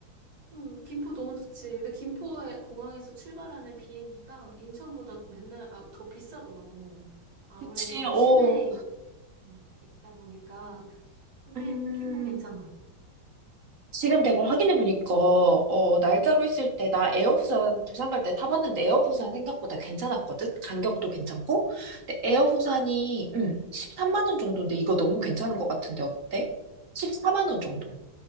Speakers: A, on the right; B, on the right.
A: 응, 김포 너무 좋지. 근데 김포의 공항에서 출발하는 비행기가 인천보다 맨날 아, 더 비싸더라고. 아무래도
B: 그치 어
A: 시내에 음, 있다 보니까. 근데
B: 음
A: 김포 괜찮아.
B: 지금 내가 확인해 보니까 어, 날짜로 했을 때 나 에어 부산 부산 갈 때 타봤는데 에어 부산 생각보다 괜찮았거든. 간격도 괜찮고. 근데 에어 부산이 음, 13만 원 정도인데 이거 너무 괜찮은 것 같은데 어때? 14만 원 정도.